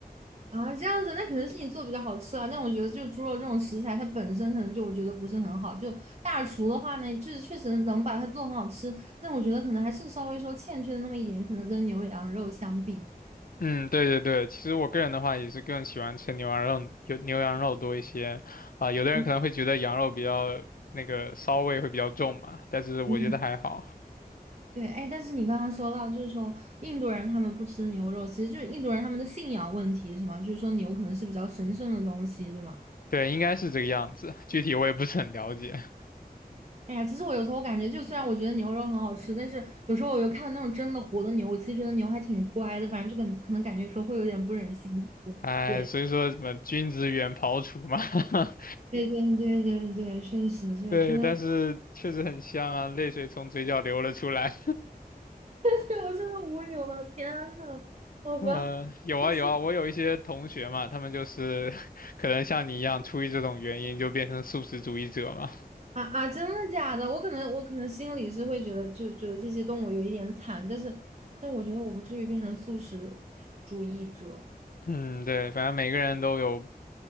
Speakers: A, on the right; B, on the left.
A: 啊。这样子，那可能是你做比较好吃啊。但我觉得就猪肉这种食材，它本身可能就我觉得不是很好。就大厨的话呢，就是确实能把它做很好吃，但我觉得可能还是稍微说欠缺的那么一点，可能跟牛羊肉相比。
B: 嗯，对对对，其实我个人的话也是更喜欢吃牛羊肉，有牛羊肉多一些。啊、有的人可能会觉得羊肉比较那个骚味会比较重嘛，
A: 嗯
B: 但是我觉得还好。
A: 嗯对，哎，但是你刚刚说到，就是说印度人他们不吃牛肉，其实就是印度人他们的信仰问题，是吗？就是说牛可能是比较神圣的东西，对吗？
B: 对，应该是这个样子，具体我也不是很了解。
A: 哎呀，其实我有时候我感觉，就虽然我觉得牛肉很好吃，但是有时候我又看到那种真的活的牛，我其实觉得牛还挺乖的，反正就可能可能感觉有时候会有点不忍心说。
B: 哎，
A: 对，
B: 所以说什么君子远庖厨嘛，<laughs>
A: 对对对对对，确实，这个确实，
B: 对，但是确实很香啊，泪水从嘴角流了出来。
A: <laughs> 对我真的无语了，天呐，
B: <laughs>
A: 好吧，
B: 嗯，有啊有啊，
A: 就是
B: 我有一些同学嘛，他们就是 <laughs> 可能像你一样，出于这种原因就变成素食主义者嘛。
A: 啊啊，真的假的？我可能我可能心里是会觉得，就觉得这些动物有一点惨，但是但我觉得我不至于变成素食主主义者，
B: <laughs> 嗯，对，反正每个人都有